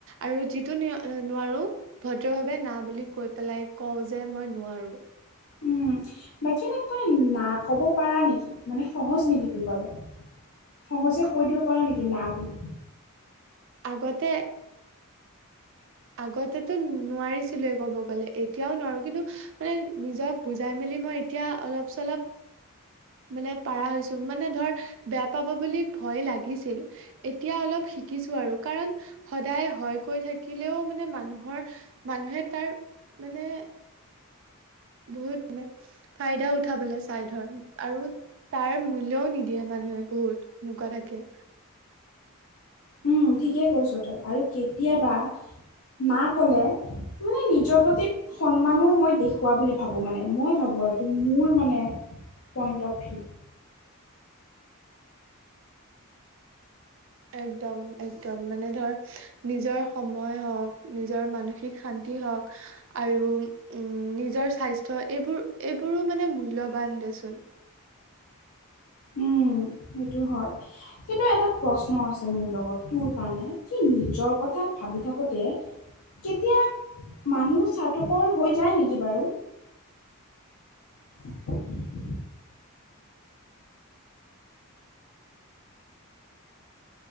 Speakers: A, on the right; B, on the left.
A: আৰু যিটো নোৱাৰো ভদ্ৰভাৱে না বুলি কৈ পেলাই কওঁ যে মই নোৱাৰোঁ।
B: উম বাকী এনেই তই না ক'ব পাৰা নেকি মানে সহজ নেকি তোৰ বাবে? সহজে কৈ দিব পাৰোঁ নেকি না বুলি?
A: আগতে আগতেতো নোৱাৰিছিলোয়ে, ক'ব গ'লে এতিয়াও নোৱাৰো কিন্তু মানে নিজক বুজাই মেলি মই এতিয়া অলপ চলপ মানে পাৰা হৈছো মানে ধৰ বেয়া পাব বুলি ভয় লাগিছিল এতিয়া অলপ শিকিছো আৰু, কাৰণ সদায় হয় কৈ থাকিলেও মানে মানুহৰ মানুহে তাৰ মানে বহুত মানে ফাইদা উঠাবলৈ চাই, ধৰ আৰু তাৰ মূল্যও নিদিয়ে মানুহে বহুত এনেকুৱা থাকে।
B: উম ঠিকে কৈছ তই। আৰু কেতিয়াবা না ক'লে মানে নিজৰ প্ৰতি সন্মানো মই দেখুওৱা বুলি ভাবো, মানে মই ভাবো আৰু এইটো মোৰ মানে পইণ্ট অফ ভিউ
A: একদম একদম মানে ধৰ নিজৰ সময় হওঁক নিজৰ মানসিক শান্তি হওঁক আৰু উম নিজৰ স্বাস্থ্য এইবোৰ এইবোৰো মানে মূল্যবান দেচোন
B: উম, সেইটো হয়। কিন্তু এটা প্ৰশ্ন আছে মোৰ লগত তোৰ কাৰণে কি নিজৰ কথা ভাবি থাকোতে কেতিয়া মানুহ স্বাৰ্থপৰ হৈ যায় নেকি বাৰু? হয় <inaudible>